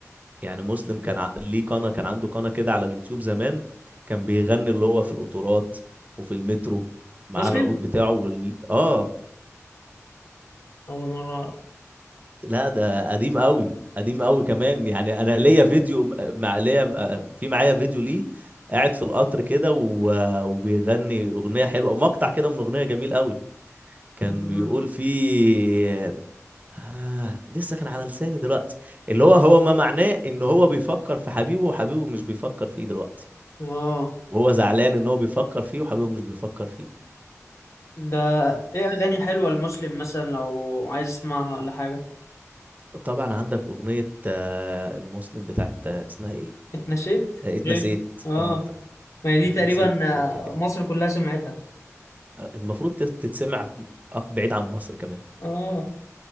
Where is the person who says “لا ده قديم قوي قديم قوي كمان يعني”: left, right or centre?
Right